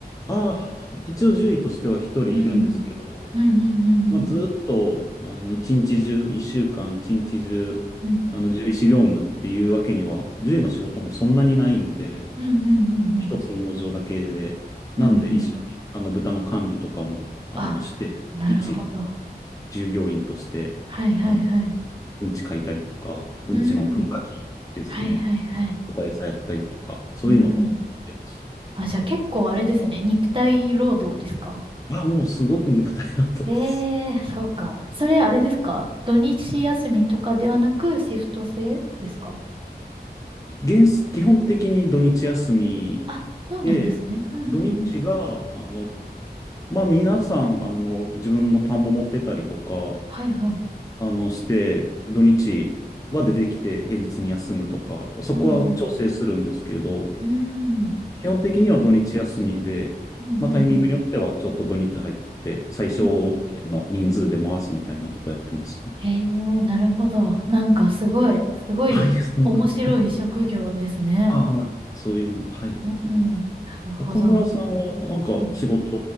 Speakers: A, on the left; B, on the right.
A: ああ、一応10位としては1人いるんですけど、
B: うん。うん、うん、うん、
A: まあ、
B: うん。
A: ずっと、あの、一日中、一週間、一日中、
B: うん、
A: あの、獣医師業務っていうわけには、獣医の仕事もそんなにないんで、
B: うん、うん、うん。うん
A: 一つの農場だけで、なんで一緒に、
B: うんうん。
A: あの、豚の管理とかも、あの、
B: あ、
A: して、
B: なるほど。
A: 一従業員として、
B: はいはいはい。
A: あの、うんち書いたりとか、うんちの噴火器ですね、
B: うん。はいはいはい。
A: とか餌やったりとか、そういうのはしてます。
B: うん。あ、じゃあ結構あれですね。肉体労働ですか
A: あ、もうすごく肉体労働です。
B: ええー、そうか。それあれですか土日休みとかではなくシフト制ですか
A: 原則基本的に土日休み
B: あ、そうなんですね。
A: で、
B: うんうんうん。
A: 土日が、あの、まあ、皆さん、あの、自分の田んぼ持ってたりとか、
B: はいはい。
A: あの、して、土日は出てきて平日に休むとか、そこは調整するんですけど、
B: うんうん。うん。
A: 基本的には土日休みで、
B: うんうんうん。
A: まあ、タイミングによってはちょっと土日入って、最小限の人数で回すみたいなことやってます。
B: うんうん。へえ、なるほど。なんかすごい、すごい面白い職業ですね。
A: あ、いえ、そんな、はい。ああ、そういうのが、はい。
B: うん。なるほど。
A: 岡村さんは、なんか、
B: うん
A: 仕事、